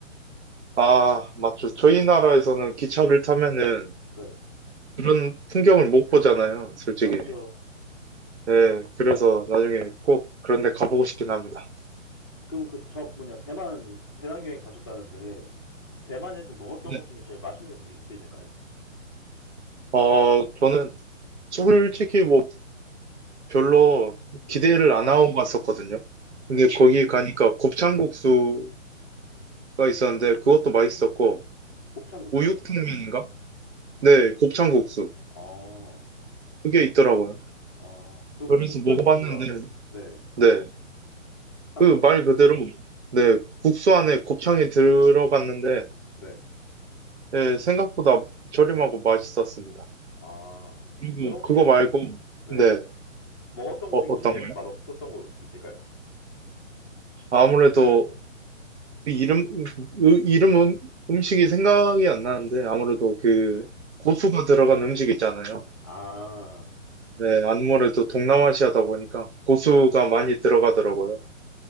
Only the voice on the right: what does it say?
아, 맞죠. 저희 나라에서는 기차를 타면은
그런 풍경을 못 보잖아요, 솔직히.
네, 그래서 나중에 꼭 그런 데 가보고 싶긴
합니다.
네.
어, 저는 솔직히 뭐 별로
기대를 안 하고 갔었거든요.
근데 거기 가니까 곱창국수가 있었는데 그것도 맛있었고
우육탕면인가? 네, 곱창국수
그게 있더라고요.
그래서
먹어봤는데
네,
그
말 그대로 네, 국수 안에 곱창이 들어갔는데
네, 생각보다 저렴하고 맛있었습니다.
그리고
그거 말고
네,
어,
어떤
거요?
아무래도 그 이름, 으- 이름 음, 음식이 생각이 안 나는데, 아무래도 그
고수가 들어간 음식 있잖아요.
네, 아무래도 동남아시아다 보니까 고수가 많이 들어가더라고요.